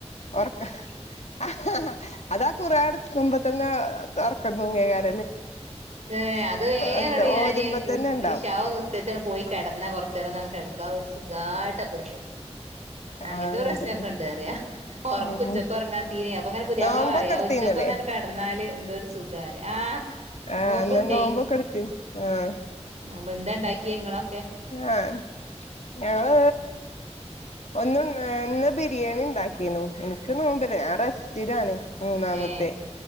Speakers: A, on the left; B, on the right.
A: ഒറക്ക ആ അതാ ഖുർആൻടുക്കുമ്പോ തന്നെ ഒറക്കം തൂങ്ങിയകാര്
B: ഏ അത് വേങ്ങണ്ട്
A: എന്താ
B: ഞാന്
A: ഓതുമ്പോ തന്നെ ഉണ്ടാവും
B: ഇഷാഉം നിസ്കരിച്ചു അങ്ങട് പോയി കിടന്ന കൊറ ന്നേരം ക്കെടുക്കാം ഒരു സുഖമായിട്ടപ്പ അങ്ങനത്തെ
A: ആഹ്
B: പ്രശ്നമൊക്കെ
A: അതന്നെ
B: ഉണ്ട് അറിയ ഒറക്ക
A: ഉം
B: ഉച്ചക്ക്
A: ഉം
B: ഒറങ്ങാതീന് അപ്പൊ അങ്ങനെ പുതിയാപ്പളെ
A: നോമ്പൊക്കെ
B: പറ
A: എടുത്തീന്നില്ലേ
B: ഉച്ചൊക്കൊന്നങ് കെടന്നാല് എന്തോ ഒരു സുഖാര് ആ
A: ആഹ്
B: നോമ്പ്ണ്ടേ
A: അന്ന് നോമ്പൊക്കെ എടുത്തി ആഹ്
B: നോമ്പ് എന്താ ഇണ്ടാക്കി ഇങ്ങള്?
A: ആഹ് ഞങ്ങള് ഒന്ന് ഒന്ന് ബിരിയാണി ഉണ്ടാക്കിനു എനിക്ക് നോമ്പില്ല ഞാൻ റെസ്റ്റിലാണ്. മൂന്നാമത്തെ
B: ഏ